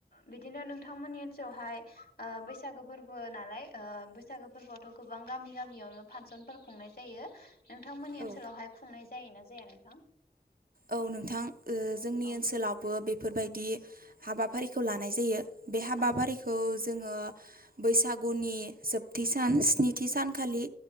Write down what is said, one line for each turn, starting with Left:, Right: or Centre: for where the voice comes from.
Left: बिदिनो नोंथांमोननि ओनसोलावहाय ओ बैसागो फोरबो नालाय ओ बैसागो फोरबोआवथ' गोबां गामि गामियावनो फांसनफोर खुंनाय जायो। नोंथांमोननि
Right: औ
Left: ओनसोलावहाय खुंनाय जायोना जाया नोंथां?
Right: औ नोंथां ओ जोंनि
Left: औ
Right: ओनसोलावबो बेफोरबायदि हाबाफारिखौ लानाय जायो। बे हाबाफारिखौ
Left: औ
Right: जोङो बैसागुनि जोबथि सान स्निथि सानखालि